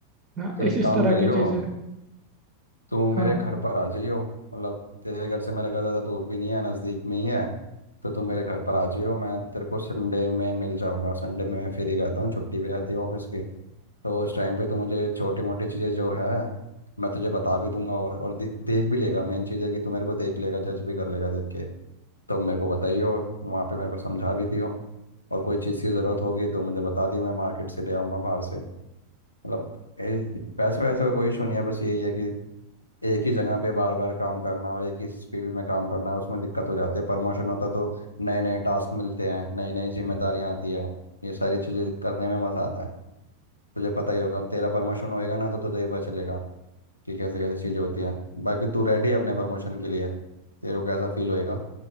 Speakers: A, on the right; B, on the left.
A: हाँ
B: तो
A: इस
B: एक
A: इस
B: काम
A: तरह
B: करियो
A: की चीज़ें
B: तू
A: हाँ
B: मेरे घर पर आ जाइयो मतलब तेरे घर से मेरा घर ज़्यादा दूर भी नहीं है नज़दीक में ही है तो तू मेरे घर पर आ जाइयो मैं तेरे को संडे में मिल जाऊंगा संडे में मैं फ्री रहता हूँ छुट्टी भी रहती है ऑफिस की तो उस टाइम पे तू मुझे छोटी मोटी चीज़ें जो है मैं तुझे बता भी दूंगा और और दे, देख भी लेगा मेन चीज़ है कि तू मेरे को देख लेगा जज भी कर लेगा देख के तो मेरे को बताइयो और वहाँ पे मेरे को समझा भी दियो और कोई चीज़ की ज़रूरत होगी तो मुझे बता दियो मैं मार्केट से ले आऊँगा बाहर से मतलब ए- पैसे वैसे का कोई इशू नहीं है बस यही है कि एक ही जगह पे बार बार काम करना और एक ही फील्ड में काम करना उसमें दिक्कत हो जाती है प्रमोशन होता तो नए नए टास्क मिलते हैं नई नई जिम्मेदारियां आती है ये सारी चीज़ें करने में मज़ा आता है तुझे पता ही होगा तेरा प्रमोशन होएगा ना तो तुझे ही पता चलेगा कि कैसे कैसे चीज़ें होती है बाकी तू रेडी है अपने प्रमोशन के लिए तेरे को कैसा फील होएगा